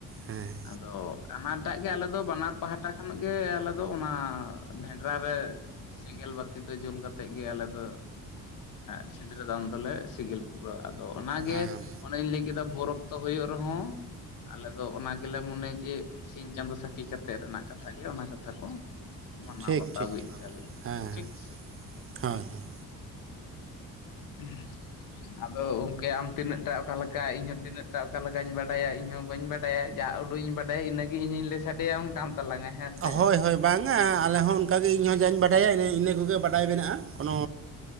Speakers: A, on the right; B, on the left.
A: ᱦᱮᱸ
B: ᱟᱫᱚ ᱚᱱᱟ ᱴᱟᱜ ᱜᱮ ᱟᱞᱮᱫᱚ ᱵᱟᱱᱟᱨ ᱯᱟᱦᱴᱟ ᱠᱷᱱᱟᱜ ᱜᱮ ᱟᱞᱮᱫᱚ ᱚᱱᱟ ᱵᱷᱮᱱᱰᱨᱟ ᱨᱮ ᱥᱮᱸᱜᱮᱞ ᱵᱟᱹᱛᱤ ᱫᱚ ᱡᱩᱞ ᱠᱟᱛᱮᱜ ᱜᱮ ᱟᱞᱮ ᱫᱚ ᱥᱤᱸᱫᱽᱨᱟᱹᱫᱟᱱ ᱫᱚᱞᱮ ᱯᱩᱨᱟᱹ ᱟᱫᱚ ᱚᱱᱟᱜᱮ
A: ᱦᱮᱸ
B: ᱚᱱᱮᱧ ᱞᱟᱹᱭ ᱠᱮᱫᱟ ᱵᱷᱳᱨ ᱚᱠᱛᱚ ᱦᱩᱭᱩᱜ ᱨᱮᱦᱚᱸ ᱟᱞᱮ ᱫᱚ ᱚᱱᱟᱜᱮ ᱜᱮᱞᱮ ᱢᱚᱱᱮᱭᱟ ᱡᱮ ᱥᱤᱧ ᱪᱟᱸᱫᱳ ᱥᱟᱹᱠᱷᱤ ᱠᱟᱛᱮᱜ ᱨᱮᱱᱟᱜ ᱠᱟᱛᱷᱟ ᱜᱮ ᱚᱱᱟ ᱠᱟᱛᱷᱟ ᱠᱚ ᱢᱟᱱᱟᱣ
A: ᱴᱷᱤᱠ
B: ᱵᱟᱛᱟᱣ
A: ᱴᱷᱤᱠ
B: ᱟᱜᱩᱭᱮᱫ ᱛᱟᱞᱮᱭᱟ
A: ᱦᱮᱸ ᱦᱮᱸ
B: ᱴᱷᱤᱠ ᱥᱮ
A: ᱦᱳᱭ ᱦᱳᱭ
B: ᱦᱩᱸ ᱟᱫᱚ ᱜᱚᱢᱠᱮ ᱟᱢ ᱛᱤᱱᱟᱹᱜᱴᱟ ᱚᱠᱟ ᱞᱮᱠᱟ ᱤᱧ ᱦᱚᱸ ᱛᱤᱱᱟᱹᱜᱴᱟ ᱚᱠᱟ ᱞᱮᱠᱟᱧ ᱵᱟᱰᱟᱭᱟ ᱤᱧᱦᱚᱸ ᱵᱟᱹᱧ ᱵᱟᱰᱟᱭᱟ ᱡᱟ ᱩᱰᱩᱧ ᱵᱟᱰᱟᱭ ᱟ ᱤᱱᱟᱹᱜᱮ ᱤᱧᱦᱚᱧ ᱞᱟᱹᱭ ᱥᱟᱰᱮᱭᱟᱢ ᱠᱟᱱ ᱛᱟᱞᱟᱝᱟ ᱦᱮᱸ ᱥᱮ
A: ᱦᱳᱭ ᱦᱳᱭ ᱵᱟᱝᱟ ᱟᱞᱮ
B: ᱦᱮᱸ
A: ᱦᱚᱸ ᱚᱱᱠᱟᱜ ᱜᱮ ᱤᱧᱦᱚᱸ ᱡᱟᱧ ᱵᱟᱰᱟᱭᱟ ᱤᱱᱟᱹ ᱠᱚᱜᱮ ᱵᱟᱰᱟᱭ ᱢᱮᱱᱟᱜ-ᱟ ᱠᱚᱱᱚ